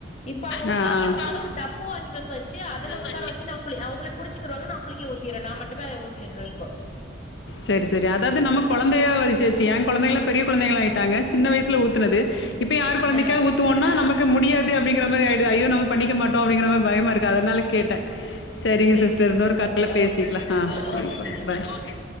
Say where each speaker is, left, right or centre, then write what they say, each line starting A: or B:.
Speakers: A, on the left; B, on the left.
A: இப்ப அவுங்க
B: ஆ,
A: உக்காந்துக்கறதுனால
B: ஆ. இப்ப
A: ஒரு டப்பு வாங்கிட்டு வந்து வச்சி அதுல
B: அவங்க
A: உக்கார வச்சி ந குளி அவுங்கள புடிச்சிகிருவாங்க நா குளிக்க ஊத்திரே நா மட்டுமே அத ஊத்திட்ரே இப்போ
B: செரி செரி அதாவது நம்ம கொழந்தையா வச்சாச்சி ஏ கொழந்தைளா பெரிய கொழந்தைங்களா பெரிய கொழந்தைகளா ஆய்ட் டாங்க சின்ன வயசுல ஊத்துனது இப்ப யார் கொழந்தைக்கா
A: ஆ
B: ஊத்துவோனா நமக் கு முடியாது அப்டிங்கிற மாரி ஆய்டுது ஐயோ நம்ம பண்ணிக்க மாட்டோ அப்டிங்கிற மாரி பயமா இருக்கு அதனால கேட்ட சரிங்க
A: சேரி
B: சிஸ்டர் இன்னொரு கால்ல பேசிட்லா
A: ஓகே சிஸ்டர்
B: ஆ
A: ஓகே சிஸ்டர்
B: பாய்
A: ம்